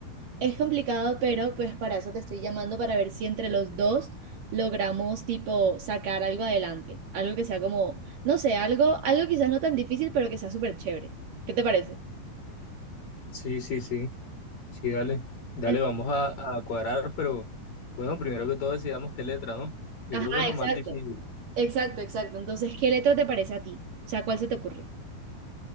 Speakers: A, on the right; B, on the left.
A: Es complicado, pero pues para eso te estoy llamando para ver si entre los dos logramos tipo sacar algo adelante, algo que sea como, no sé, algo, algo quizás no tan difícil, pero que sea súper chévere. ¿Qué te parece?
B: Sí, sí, sí, sí, dale, dale,
A: En-
B: vamos a, a cuadrar, pero bueno, primero que todo decidamos qué letra, ¿no? Yo
A: Ajá,
B: creo que es lo
A: exacto,
B: más difícil.
A: exacto, exacto. Entonces, ¿qué letra te parece a ti? O sea, ¿cuál se te ocurre?